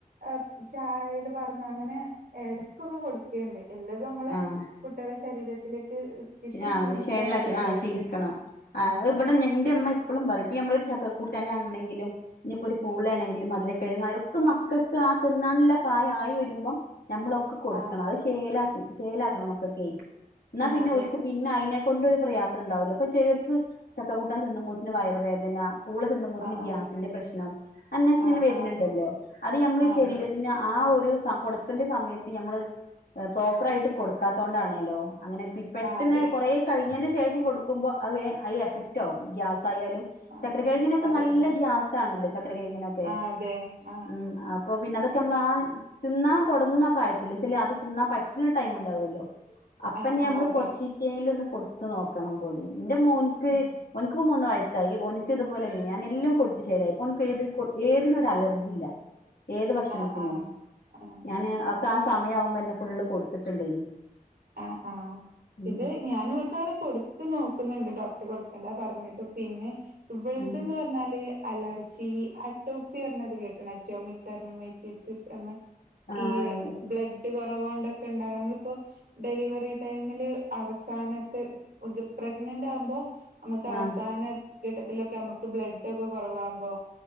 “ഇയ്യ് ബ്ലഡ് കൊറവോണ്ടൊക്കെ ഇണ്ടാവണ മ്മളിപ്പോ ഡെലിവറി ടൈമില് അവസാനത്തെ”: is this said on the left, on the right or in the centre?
Right